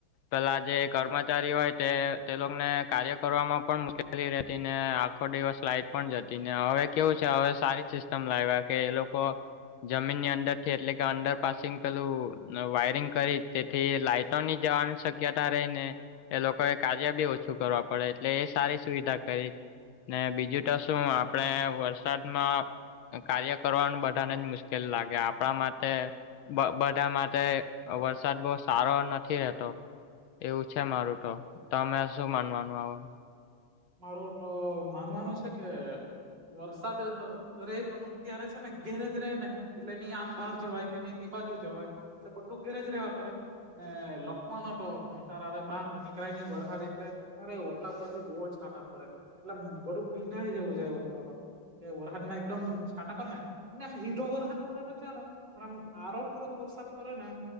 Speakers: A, on the left; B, on the right.
A: પેલા જે કર્મચારી હોય તે તેલોને કાર્ય કરવામાં પણ કરી રહેતી ને આખો દિવસ લાઈટ પણ જતી ને હવે કેવું છે હવે સારી સિસ્ટમ લાવ્યા કે એ લોકો ક જમીનની અંદર થી એટલે કે અંડરપાસિંગ પેલું વાયરિંગ કરી તેથી લાઈટ ની જવાની શક્યતા રહી ને એ લોકોએ કાર્ય બી ઓછું કરવા પડે એટલે એ સારી સુવિધા કરી ને બીજું તો શું આપણે વરસાદમાં કાર્ય કરવાનું બધાને જ મુશ્કેલ લાગે આપણા માટે બધા માટે વરસાદ બહ સારો નથી રહેતો એવું છે મારું તો તમે શું માનવાનું આવો
B: મારું તો માનવાનું છે કે વરસાદ રે પણ ક્યારે છે ને ઘેરેજ ર રહે ને એટલે નહી આમ બહાર જવાય કે નહી તે બાજુ જવાય એટલે બધું ઘેરે જ રહેેવા પડે ને લખવાનો તો કંટાર આવે બાર નીકળય ન વરસાદ એટલે અરે ઓટલા પર બી બહુ છાટા પડે એટલે બધું ભીંડા જવું જાય ઓટલો એ ઓઢારને એકદમ છાંટ પરડ ને આમ હીધો વરસાદ પડે તો ચાલે પણ આમ આરો થોરોક વરસાદ પડે ને